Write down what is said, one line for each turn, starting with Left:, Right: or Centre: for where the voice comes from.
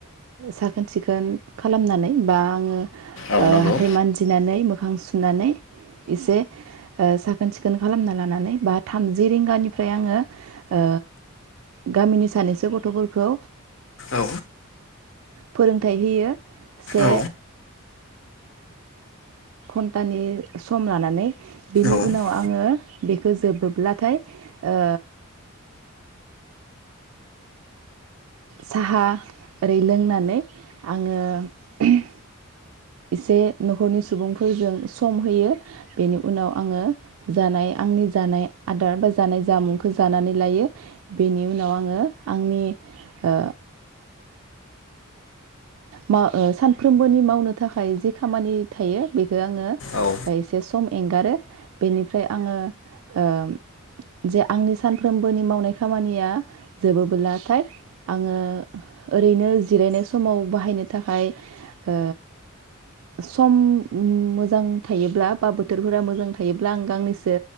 Right: साखोन सिखोन खालामनानै बा ओ
Left: औ
Right: ओ
Left: नंगौ
Right: हाथाय मानजिनानै मो सुनानै एसे ओ साखोन सिखोन खालामना लानानै बा थामजि रिंगानिफ्राय आङो ओ गामिनि सानैसो गथ'फोरखौ
Left: औ
Right: फोरोंथाइ होयो से
Left: औ
Right: घन्टानि सम लानानै बेनि
Left: औ
Right: उनाव आङो बेखो जोबोब्लाथाय ओ साहा ओरै लोंनानै आङो <unintelligible> एसे न'खरनि सुबुंफोरजों सम होयो बेनि उनाव आङो जानाय आंनि जानाय आदार बा जानाय जामुंखौ जानानै लायो बेनि उनाव आङो आंनि ओ मा ओ सानफ्रोमबोनि मावनो थाखाय जि खामानि थायो बेखो आङो
Left: औ
Right: एसे सम एंगारो बेनिफ्राय आङो ओ जे आंनि सानफ्रोमबोनि मावनाय खामानिया जोबोबोलाथाय आङो ओरैनो जिरायनाय स समाव बाहायनो थाखाय ओ सम मोजां थायोब्ला बा बोथोरफोरा मोजां थायोब्ला आं गांनैसो